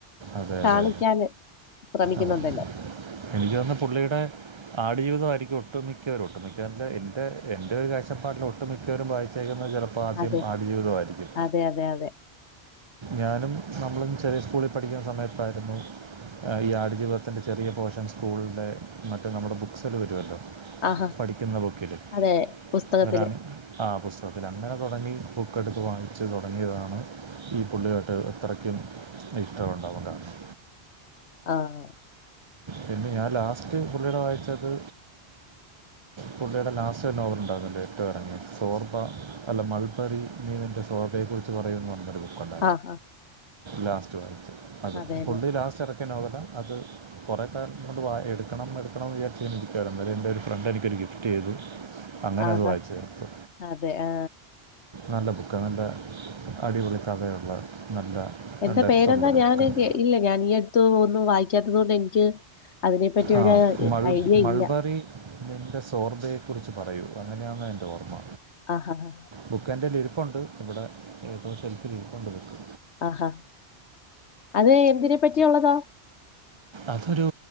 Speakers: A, on the right; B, on the left.
A: അതെ
B: കാണിക്കാൻ
A: അതെ
B: ശ്രമിക്കുന്നുണ്ടല്ലോ
A: അതെ അതെ എനിക്ക് തോനുന്നു പുള്ളിയുടെ ആടുജീവിതമായിരിക്കും ഒട്ടുംമിക്കവരും ഒട്ടുമിക്കവര്ന്ന് വെച്ച എൻ്റെ എൻ്റെ ഒരു കാഴ്ചപ്പാടിൽ ഒട്ടുമിക്കവരും വായിച്ചേക്കുന്ന ചിലപ്പോൾ പ്പൊ ആദ്യം
B: അതെ
A: ആടുജീവിതമായിരിക്കും
B: അതെ അതെ അതെ
A: ഞാനും നമ്മളും ചെറിയ സ്കൂളിൽ പഠിക്കുന്ന സമയത്തായിരുന്നു ഈ ആടുജീവിതത്തിന്റെ ചെറിയ പോർഷൻ സ്കൂളിന്റെ മറ്റു നമ്മുടെ ബുക്സിൽ വരുമല്ലോ
B: ആഹാ
A: പഠിക്കുന്ന ബുക്കില്
B: അതെ പുസ്തകത്തില്
A: വരാ ആഹ് പുസ്തകത്തിൽ അങ്ങനെ തുടങ്ങി ബുക്കെടുത്ത് വാങ്ങിച്ച് തുടങ്ങിയതാണ് ഈ പുള്ളിയായിട്ട് അത്രയ്ക്കും ഇഷ്ടമുണ്ടാവാൻ കാരണം
B: ആഹ്
A: പിന്നെ ഞാൻ ലാസ്റ്റ് പുള്ളിയുടെ വായിച്ചത് പുള്ളിയുടെ ലാസ്റ്റ് നോവൽ ഉണ്ടാവുന്നില്ലോ ഏറ്റവും ഇറങ്ങി സോർബ അല്ല മൾബറി നീവിന്റെ ശോഭയെ കുറിച്ച് പറയുന പറഞ്ഞൊരു ബുക്കുണ്ട്
B: ആഹ് ആഹ്
A: ലാസ്റ്റ് വായിച്ച് അത്
B: അതെല്ലേ
A: പുള്ളി ലാസ്റ്റ് ഇറക്കിയ നോവലാ അത് കുറേ കാലം കൊണ്ട് വാ എടുക്കണം എടുക്കണംന്ന് വിചാരിച്ച് ഇരിക്കുകയായാരുന്നു എന്നേരം എൻ്റെ ഒരു ഫ്രണ്ട് എനിക്കൊരു ഗിഫ്റ്റ് ചെയ്തു അങ്ങനെ
B: ആഹാ
A: അത് വായിച്ചു തീർത്തു
B: അതെ ആ
A: നല്ല ബുക്കാണ് നല്ല അടിപൊളി കഥയുള്ള നല്ല
B: എന്താ
A: ഡെപ്തുള്ളൊരു
B: പേരെന്താ ഞാന്
A: ബുക്കാണ്
B: ഇല്ല ഞാൻ ഈ അടുത്ത് ഒന്നും വായിക്കാത്തത് കൊണ്ട് എനിക്ക് അതിനെപ്പറ്റി
A: ആഹ്
B: ഒരു
A: മൾ
B: ഐഡിയ
A: മൾബറി
B: ഇല്ല
A: നിന്റെ സോർദയെക്കുറിച്ച് പറയൂ അങ്ങനെയാണ് എന്റെ ഓർമ്മ
B: ആഹ് ആഹ്
A: ബുക്ക്എൻ്റെലിരിപ്പുണ്ട് ഇവിടെ ഏതോ ഒരു ഷെൽഫിലിരിപ്പുണ്ട് ബുക്ക്
B: അ ഹാ അത് എന്തിനെ പറ്റിയുള്ളതാ
A: അതൊരു